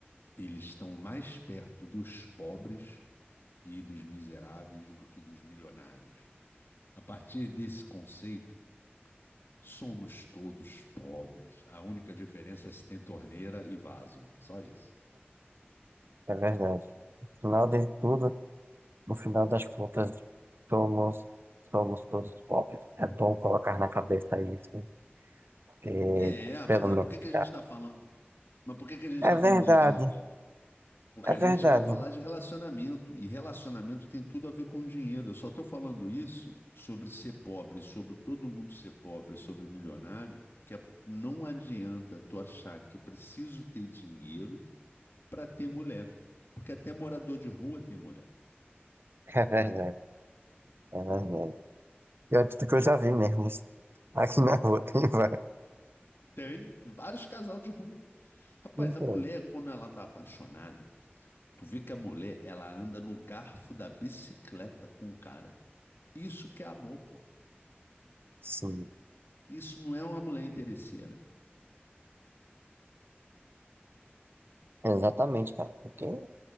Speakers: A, on the left; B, on the right.
A: eles estão mais perto dos pobres e dos miseráveis do que dos milionários. A partir desse conceito, somos todos pobres. A única diferença é se tem torneira e vaso. Só isso.
B: é verdade. No final de tudo, no final das contas, somos, somos todos pobres. É bom colocar na cabeça isso, porque
A: É,
B: pelo
A: mas aí
B: menos
A: por que que a gente
B: é
A: está falando? Mas por que que a gente
B: é
A: está
B: verdade.
A: falando de dinheiro? Porque
B: É
A: a
B: verdade,
A: gente vai falar
B: <laughs>
A: de relacionamento e relacionamento tem tudo a ver com dinheiro. Eu só estou falando isso sobre ser pobre, sobre todo mundo ser pobre, sobre milionário, que é- não adianta tu achar que é preciso ter dinheiro para ter mulher, porque até morador de rua tem mulher.
B: é verdade, é verdade. Pior de tudo que eu já vi mesmo. Aqui na rua tem vários.
A: Tem vários casal de rua. Rapaz,
B: Então,
A: a mulher, quando ela tá apaixonada, tu vê que a mulher, ela anda no garfo da bicicleta com o cara. Isso que é amor, pô.
B: sim,
A: Isso não é uma mulher interesseira.
B: exatamente, cara. Porque